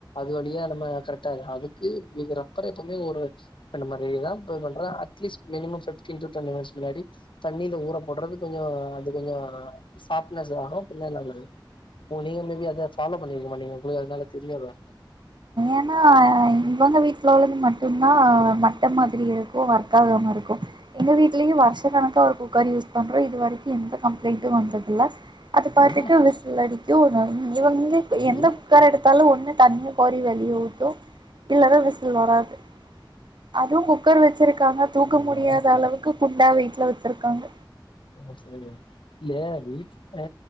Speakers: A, on the left; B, on the right.
A: அது வழியா நம்ம கரெட்டா அதுக்கு ரப்பர எப்பவுமே ஒரு பண்ண மாரியே தா போய் பண்றே அட்லீஸ்ட் <unintelligible> தண்ணில ஊற போட்றது கொஞ்சோ அது கொஞ்சோ சாப்ட்னஸ் ஆகு பின்ன நல்லது ஓ நீங்க மேபி அத ஃபாலோ பண்ணிருக்க மாட்டிங்க நீங்க உங்ளுக்கு அதனால தெரியாதா
B: ஏனா இவங்க வீட்ல உள்ளது மட்டும்தா மட்ட மாதிரி இருக்கு ஒர்க் ஆகாம இருக்கு எங்க வீட்லயு வருஷ கணக்கா ஒரு குக்கர் யூஸ் பண்றோ இது வரைக்கு எந்த கம்ப்ளைண்ட்டு வந்ததுல்ல அது பாட்டுக்கு
A: இல்ல
B: விசில் அடிக்கு ஒ இவங்க எந்த
A: இல்ல
B: குக்கர எடுத்தாலு ஒண்ணு தண்ணிய கோறி வெளியே ஊத்தும் இல்லனா விசில் வராது அதுவு குக்கர் வச்சிருக்காங்க தூக்க
A: இல்ல
B: முடியாத அளவுக்கு குண்டா வெயிட்ல வச்சிருக்காங்க
A: ஆ சேரி இல்ல வீட்ல